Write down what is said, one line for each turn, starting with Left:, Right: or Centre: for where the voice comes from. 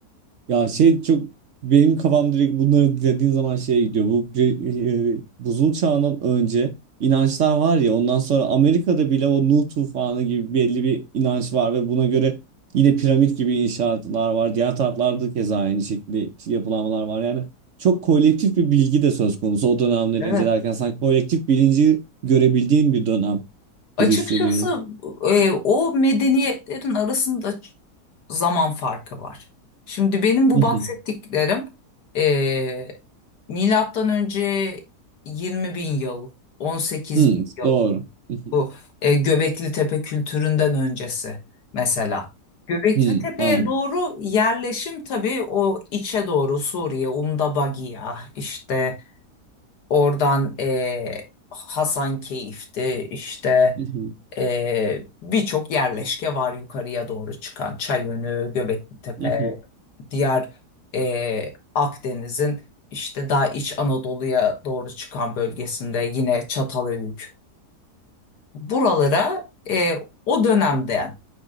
Right: Ya şey çok benim kafam direkt bunları dediğin zaman şeye gidiyor. Bu pre- e, buzul çağından önce inançlar var ya ondan sonra Amerika'da bile o Nuh tufanı gibi belli bir inanç var ve buna göre yine piramit gibi inşaatlar var. Diğer taraflarda keza aynı şekilde yapılanmalar var. Yani çok kolektif bir bilgi de söz konusu. O dönemleri
Left: Evet.
Right: incelerken sanki kolektif bilinci görebildiğim bir dönem
Left: Açıkçası
Right: gibi hissediyorum.
Left: e, o medeniyetlerin arasında ç- zaman farkı var. Şimdi benim bu
Right: <laughs>
Left: bahsettiklerim e, milattan önce 20 bin yıl, 18
Right: Hmm,
Left: bin yıl
Right: doğru. <laughs>
Left: bu e, Göbekli Tepe kültüründen öncesi mesela. Göbekli
Right: Hmm,
Left: Tepe'ye
Right: an.
Left: doğru yerleşim tabii o içe doğru Suriye, Umdabagiya işte oradan e, Hasankeyf'ti işte
Right: <laughs>
Left: ee, birçok yerleşke var yukarıya doğru çıkan. Çayönü, Göbeklitepe,
Right: Mhm,
Left: diğer e, Akdeniz'in işte daha iç Anadolu'ya doğru çıkan bölgesinde yine Çatalhöyük. Buralara e, o dönemden